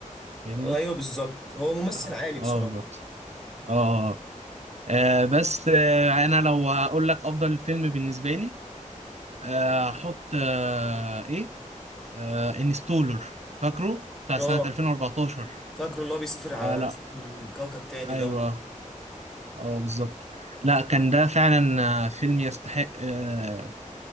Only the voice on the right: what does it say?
فاهمني
اه
آه،
بالظبط اه آه بس آه انا لو اقول لك افضل فيلم بالنسبه لي آه، احط آه ايه آه انستولر فاكره بتاع
سنه 2014
آه لا
ايوه
اه بالظبط لا كان ده فعلا آه، فيلم يستحق آه